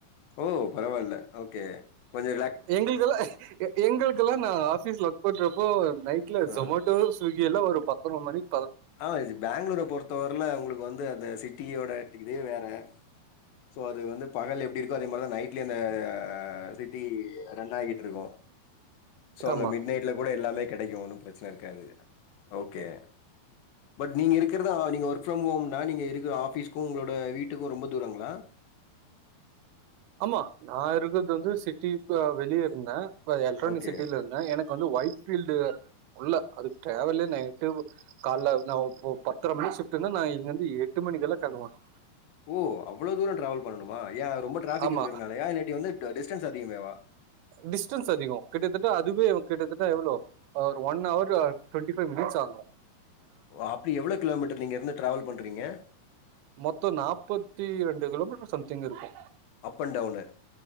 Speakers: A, on the left (about 70°); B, on the right (about 85°).
A: ஓ பரவாயில்ல ஓகே கொஞ்சு
B: எங்ளுக்கெல்லா எ எங்களுக்கெல்லா நா ஆபீஸ்ல ஒர்க் பண்றப்போ நைட்ல
A: ஆ.
B: சொமோட்டோ ஸ்வி தி எல்லா வரு பத்தர மணிக்
A: அ இது பேங்ளூர பொறுத்த வரில உங்ளுக்கு வந்து அந்த சிட்டியோட அட்டிக்குதே வேற சோ அது வந்து பகல்ல எப்டி இருக்கோ அதே மாரிதா நைட்ல்யு அந்த அ அ சிட்டி ரன் ஆகிட்டுருக்கு சோ அங்க
B: ஆமா.
A: மிட் நைட்ல கூட எல்லாமே கெடைக்கு ஒன்னு ப்ரெச்ன இருக்காது ஓகே <inaudible> பட் நீங்க இருக்கிறதா நீங்க ஒர்க் ஃப்ரம் ஹோம்னா நீங்க இருக்க ஆஃபீஸ்க்கு உங்ளோட வீட்டுக்கு ரொம்ப தூரங்ளா <inaudible>
B: ஆமா நா இருக்கற்து வந்து சிட்டிக்கு அ வெளிய இருந்த இப்ப எல்க்ட்ரானிக்
A: ஓகே.
B: சிட்டில இர்ந்த எனக்கு வந்து ஒயிட் ஃபீல்டு உள்ள அதுக்கு டிராவல்லு நா எட்டு ப கால்ல நா போ பத்தர மணிக் ஃஷிப்ட்டுனா நா இங்கர்ந்து எட்டு மணக்கெல்லா <unintelligible>
A: ஓ அவ்ஸளோ தூரோ டிராவல் பண்ணணுமா ஏ ரொம்ப டிராஃபிக்கு
B: ஆமா.
A: இருக்கிறனாலயா இல்லாட்டி வந்து டி டிஸ்டன்ஸு அதிகமேவா
B: டிஸ்டன்ஸ் அதிகோ கிட்டத்தட்ட அதுவே கிட்டத்தட்ட எவ்வளோ ஒரு one hour twenty five minutes ஆகு
A: ஓ அப்படி எவ்வளோ கிலோமீட்டர் நீங்க இருந்து டிராவல் பண்றீங்க
B: மொத்த நாப்பத்தி இரண்டு கிலோமீட்டர் சம்திங் இருக்கு
A: அப் அண்ட் டவுனு